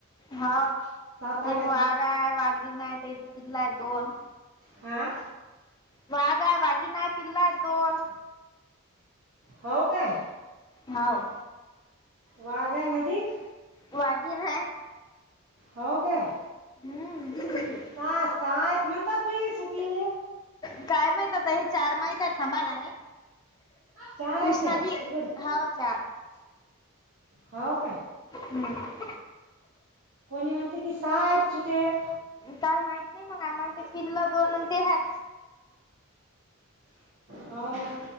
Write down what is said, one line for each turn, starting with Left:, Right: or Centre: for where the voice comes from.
Left: हा
Right: सात आठ आहेत
Left: वाघा
Right: ना
Left: आहे वाघीन आहे त्याची पिल्ल आहे दोन.
Right: हां.
Left: वाघ आहे वाघीन आहे पिल्ला आहे दोन.
Right: हो काय?
Left: हाव
Right: वाघ हाय नदीक,
Left: वागीन हाय,
Right: हो काय?
Left: हम्म
Right: सा सा हाईत म्हणतात बई सुटलेले.
Left: काय माहित आता हे चार माहित थांबा ना रे.
Right: चार आहेत
Left: कृष्णानी
Right: त्या उघड
Left: हाव का
Right: हो काय
Left: हम्म
Right: कोणी म्हणते की सा हाय सुटेल,
Left: काय माहित नाही मग आम्हाला ते पिल्ल दोन आणि ते आहेत.
Right: ह ना